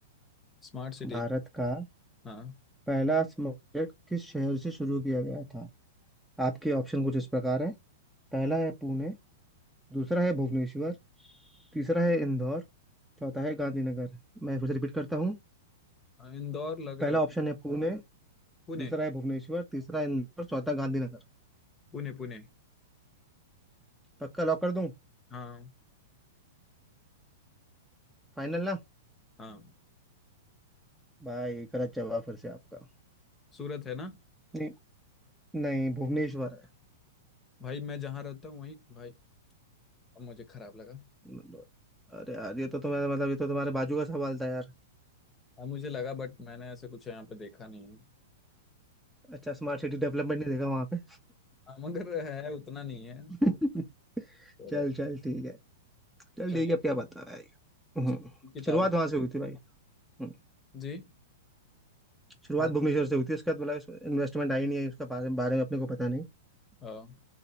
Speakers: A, on the left (about 20°); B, in the centre.
A: स्मार्ट सिटी
B: भारत का
A: हाँ
B: पहला स्मार्ट प्रोजेक्ट किस शहर से शुरू किया गया था आपके ऑप्शन कुछ इस प्रकार हैं पहला है पुणे दूसरा है भुवनेश्वर तीसरा है इंदौर चौथा है गांधीनगर मैं फिर से रिपीट करता हूँ
A: हाँ, इंदौर लग
B: पहला
A: रहा
B: ऑप्शन है पुणे
A: पुणे
B: दूसरा है भुवनेश्वर तीसरा है इंदौर चौथा गांधीनगर
A: पुणे पुणे
B: पक्का लॉक कर दूं
A: हाँ
B: फाइनल ना
A: हाँ
B: भाई गलत जवाब फिर से आपका
A: सूरत है ना
B: नहीं नहीं भुवनेश्वर है
A: भाई मैं जहाँ रहता हूँ वहीं भाई अब मुझे खराब लगा
B: मतलब- अरे यार ये तो तुम्हारा मतलब ये तो तुम्हारे बाजू का सवाल था यार
A: अब मुझे लगा बट मैंने ऐसे कुछ यहाँ पे देखा नहीं है
B: अच्छा स्मार्ट सिटी डेवलपमेंट नहीं देखा वहां पे
A: हाँ, मगर है उतना नहीं है
B: <laughs>
A: और
B: चल चल ठीक है चल
A: चलिए
B: ठीक है अब क्या बता रहा है ये? हम्म
A: चलिए, किताब
B: शुरुआत वहां से हुई थी भाई हम्म
A: जी
B: शुरुआत
A: हाँ
B: भुवनेश्वर से हुई थी उसके बाद मतलब इन्वेस्टमेंट आई नहीं आई उसका बारे, बारे में अपने को पता नहीं
A: हाँ